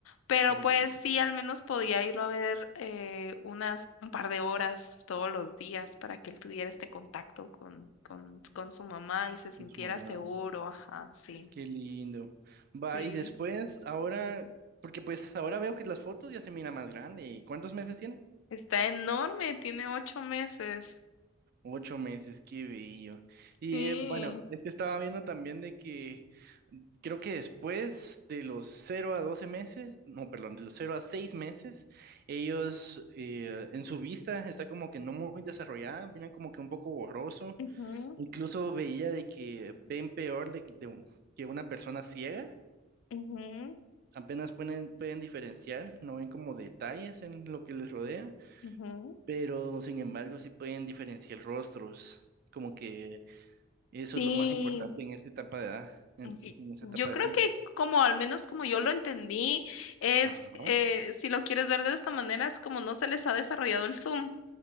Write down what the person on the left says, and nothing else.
pero
pues sí, al menos podía irlo a ver eh, unas, un par de horas todos los días para que él tuviera este contacto con, con, con su mamá y se sintiera
seguro, ajá, sí,
sí.
Está enorme, tiene ocho meses.
Sí.
Ujú,
ujú,
ujú.
Sí,
Y-
Yo
creo
que como al menos como yo lo entendí, es,
eh, si lo quieres ver de esta manera, es como no se les ha desarrollado el Zoom.